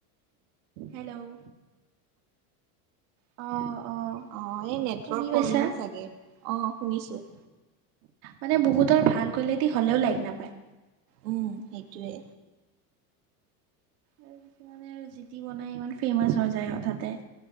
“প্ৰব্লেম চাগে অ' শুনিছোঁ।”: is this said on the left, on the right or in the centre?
Right